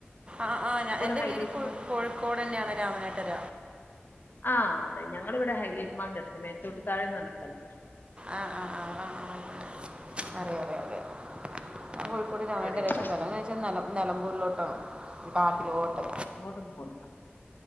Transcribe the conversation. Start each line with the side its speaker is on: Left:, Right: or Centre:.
Right: അ അ ആ ഞ എന്റെ
Left: ഹൈലൈറ്റ്
Right: വീട് കൊഴ്
Left: മാൾ
Right: കോഴിക്കോടെന്നേണ് രാമനാട്ടര
Left: ആ അവ്ടെ ഞങ്ങള് വ്ടെ ഹൈലേറ്റ്മാൾന്റട്ത്ത് മേത്തോട്ട് താഴംന്നർഞ്ഞ സ്ഥൽത്താ
Right: ആ ആ ആ ആ ആല്ലല്ല
Left: ഉം
Right: അറിയാം അറിയാം അറിയാം ഞാൻ
Left: ഉം
Right: കോഴിക്കോട് രാമനട്ട്
Left: അവിടെയാണ്
Right: ര പക്ഷേ കല്യാണം കഴിച്ചത് നെല നെലമ്പൂരിലോട്ടാണ് ഈ കാട്ടിലോട്ട്
Left: അങ്ങോട്ടൊന്നും പോണ്ടെടാ